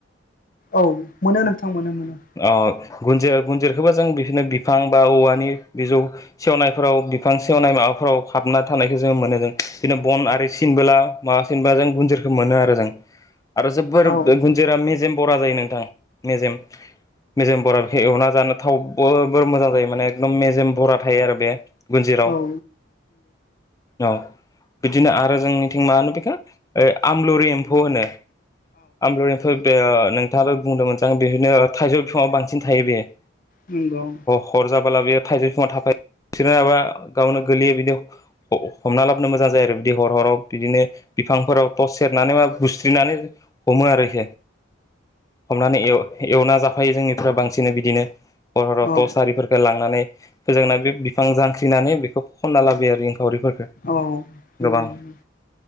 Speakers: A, on the left (about 40°); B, on the left (about 15°).
A: औ मोनो नोंथां मोनो मोनो
B: गुनन्ज गुनन्जिरखौोबा जों बिदिनो बिफां बा औवानि बिजौ सेवनायफोराव बिफां सेवनाय माबाफोराव हाबना थानायखौ जोङो मोनो जों बिदिनो बन आरि सिनबोला माबाफिनबा जों गुन्जिरखौ मोनो आरो जों। आरो जोबोर
A: औ
B: गुनजोरा मेजेम बरा जायो नोंथां मेजेम मेजेम बरा बेखाय एवना जानो थावोर मोजां जायो माने एखदम मेजेम बरा थायो आरो बे। गुन्जिराव
A: औ
B: औ बिदिनो आरो जोंनिथिं मा होनो बेखा आमलुरि एम्फौ होनो आमलनिफोर बे नोंथाङाबो बुंदोंमोनज आं बेनो थाइजौ बिफाङआ बांसिन थायो बेयो
A: मगं
B: हर जाबोला बेयो थाइजौ फङा थाायो बिाबा गावनो गोलैयो बिदि हमना लाबोनो मोजां जायो आरो बिदि हर हराव बिदिनो बिफांफोराव थ' सेरनानै बा गुस्रिनानै हमो आरोख हमनानै एवना जाफायो जोंनिफ्राय बांसिन बिदिनो हर हराव
A: औ
B: थसारिफोरफोरखौ लांनानै फोजोंना बे बिफां जांख्रिनानै बेखौ खनना लाबोयो इनखावरिफोर
A: नंगौ औ नंगौ
B: गोबां